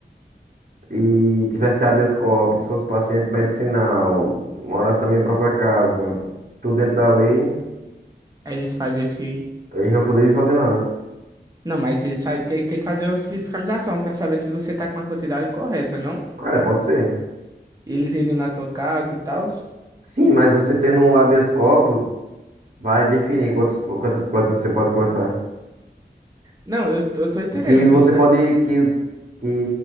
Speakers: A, on the right (about 45°); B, on the right (about 20°).
A: e tivesse habeas corpus, fosse paciente medicinal, morasse na minha própria casa, tudo dentro da lei,
B: aí eles fazem esse.
A: eles não poderiam fazer nada.
B: Não, mas eles fa- tem, tem que fazer uma fiscalização pra saber se você tá com a quantidade correta, não?
A: Ah, é, pode ser.
B: Eles irem na tua casa e tal.
A: Sim, mas você tendo um habeas corpus, vai definir quantos, quantas plantas você pode plantar.
B: Não, eu, tô- eu tô entendendo
A: Que
B: o que
A: você
B: você tá.
A: pode. Que, que